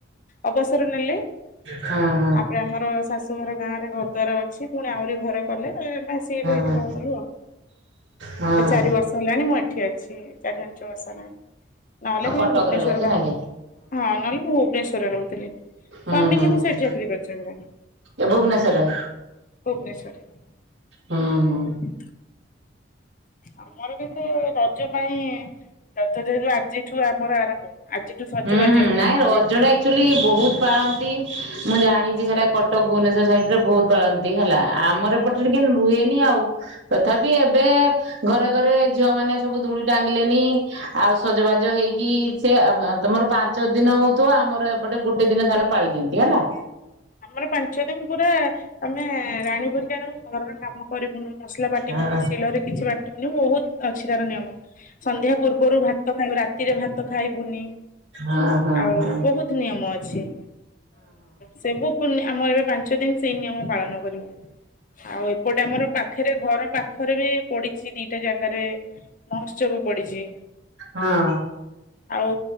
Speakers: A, on the left; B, on the right.
A: ଅବସର ନେଲେ
B: ହଁ ହଁ ହଁ
A: ତାପରେ ଆମର ଶାଶୁ ଶାଶୁଘର ଗାଁ ରେ ଘର ଦ୍ୱାର ଅଛି ପୁଣି ଆହୁରି ଘର କଲେ ନା ସିଏ ରହି ଏଠି
B: ହଁ
A: ରହିଗଲୁ ଆଉ।
B: ହଁ
A: ଏବେ ଚାରି ବର୍ଷ ହେଲାଣି ମୁଁ ଏଠି ଅଛି ଚାରି ପାଞ୍ଚ ବର୍ଷ ହେଲାଣି। ନହେଲେ
B: ଆଉ
A: ବି
B: କଟକରେ
A: ଭୁବନେଶ୍ୱର
B: ରହୁଛ
A: ବା
B: ନାଇଁ କି?
A: ହଁ ନହେଲେ ମୁଁ ଭୁବନେଶ୍ୱରରେ ରହୁଥିଲି ସ୍ୱାମୀ
B: ହୁଁ ହୁଁ
A: କିନ୍ତୁ
B: ହୁଁ
A: ସେଇଠି ଚାକିରି କରି ଛନ୍ତି।
B: ଏ ଭୁବନେଶ୍ୱର
A: ଭୁବନେଶ୍ୱର।
B: ହଁ ହଁ।
A: ହୁଁ। ଆମର କିନ୍ତୁ ରଜ ପାଇଁ ରଜ ରେ ଆଜିଠୁ ଆମର ଆରମ୍ଭ। ଆଜିଠୁ ସଜବାଜ
B: ହୁଁ ହୁଁ ନାଇଁ
A: ଆଜି
B: ରଜଟା ଆକଚୁଆଲି ବୋହୁତ ପାଳନ୍ତି। ମୁଁ ଜାଣିଚି ସେଟା କ ଭୁବନେଶ୍ୱର ସାଇଟ୍ ରେ ବୋହୁତ ପାଳନ୍ତି ହେଲା। ଆମର ଏପଟେରେ କିନ୍ ହୁଏନି ଆଉ। ତଥାବି ଏବେ। ଘରେ ଘରେ ଝିଅ ମାନେ ସବୁ ଦୋଳି ଟାଙ୍ଗିଲେନି ଆଉ ସଜବାଜ ହେଇକି ସେ ତମର ପାଞ୍ଚ ଦିନ ହଉଥିବ ଆମର ଏପଟେ ଗୋଟେ ଦିନ ସେମାନେ ପାଳି ଦିଅନ୍ତି ହେଲା।
A: ମାନେ ପାଞ୍ଚ ଦିନି ପୁରା ଆମେ ରାଣୀପରି। କାରଣ ଘରର କାମ କରିବୁନୁ ମସଲା ବାଟିବୁନୁ
B: ନାଇଁ
A: ଶିଳରେ କିଛି ବାଟିବୁନି ବୋହୁତ ଅଛି ତାର ନିୟମ ସନ୍ଧ୍ୟା ପୂର୍ବରୁ ଭାତ ଖାଇବୁ ରାତିରେ ଭାତ ଖାଇବୁନି।
B: ଅଁ ହଁ
A: ଆଉ
B: ହଁ।
A: ବହୁତ ନିୟମ ଅଛି ସବୁ ପୂନି ଆମର ଏବେ ପାଞ୍ଚ ଦିନ ସେଇ ନିୟମ ପାଳନ କରିବୁ। ଆଉ ଏପଟେ ଆମର। ପାଖରେ ଘର ପାଖରେ ବି ପଡିଛି ଦିଟା ଜାଗାରେ ମହୋତ୍ସବ ପଡିଛି।
B: ହଁ।
A: ଆଉ